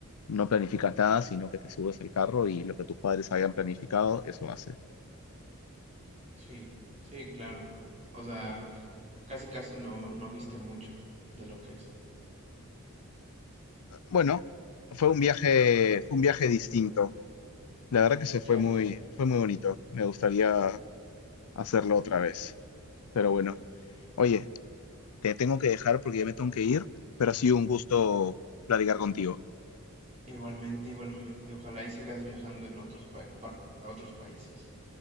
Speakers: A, on the left (about 85°); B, on the right (about 30°).
A: no planificas nada, sino que te subes al carro y lo que tus padres habían planificado, eso haces.
B: sí, sí, claro. O sea, casi casi no no viste mucho de lo que es.
A: Bueno, fue un viaje, fue un viaje distinto. La verdad que se
B: Ya,
A: fue muy,
B: ya.
A: fue muy bonito. Me gustaría hacerlo otra vez. Pero bueno, oye, te tengo que dejar porque ya me tengo que ir, pero ha sido un gusto platicar contigo.
B: Igualmente, igualmente, ojalá y sigas viajando en otros pa- para otros países